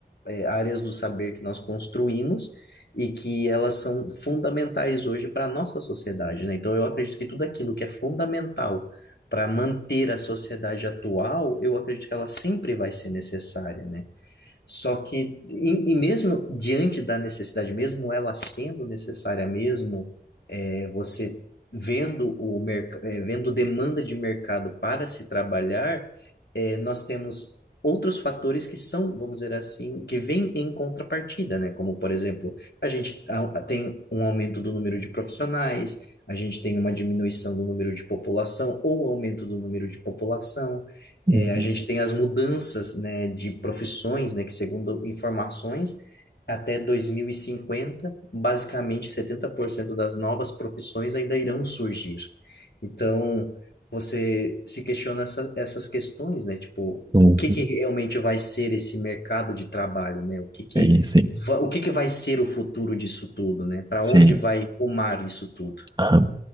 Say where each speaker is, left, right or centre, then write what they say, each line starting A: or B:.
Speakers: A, on the left (about 75°); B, on the right (about 25°).
A: eh, áreas do saber que nós construímos e que elas são fundamentais hoje para a nossa sociedade, né? Então, eu acredito que tudo aquilo que é fundamental para manter a sociedade atual, eu acredito que ela sempre vai ser necessária, né? Só que, e, e mesmo diante da necessidade, mesmo ela sendo necessária mesmo, é, você vendo o merc- é, vendo demanda de mercado para se trabalhar, é, nós temos outros fatores que são, vamos dizer assim, que vêm em contrapartida, né? Como, por exemplo, a gente a- tem um aumento do número de profissionais, a gente tem uma diminuição do número de população ou aumento do número de população.
B: Uhum.
A: É, a gente tem as mudanças, né, de profissões, né, que segundo informações, até 2050, basicamente 70% das novas profissões ainda irão surgir. Então, você se questiona essa, essas questões, né? Tipo,
B: Uhum.
A: o que que realmente vai ser esse mercado de trabalho, né? O que que,
B: Sim, sim.
A: va- o que que vai ser o futuro disso tudo, né? Para
B: Sim.
A: onde vai rumar isso tudo?
B: Aham.